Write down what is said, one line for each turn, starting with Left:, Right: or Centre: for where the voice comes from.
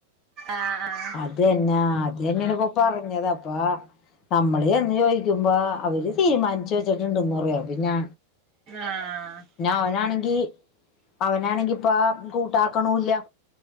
Right: ആഹ് ആഹ്
Left: അത്ന്നാ അത് തന്നെ ഇപ്പോ പറഞ്ഞത് അപ്പ നമ്മള് ചെന്ന് ചോദിക്കുമ്പോ അവര് തീരുമാനിച്ചു വെച്ചിട്ടുണ്ടെന്ന് പറയും അപ്പൊ പിന്നെ
Right: ആഹ്
Left: പിന്നെ അവനാണെങ്കി അവനാണെങ്കി ഇപ്പ കൂട്ടാക്കണുല്ല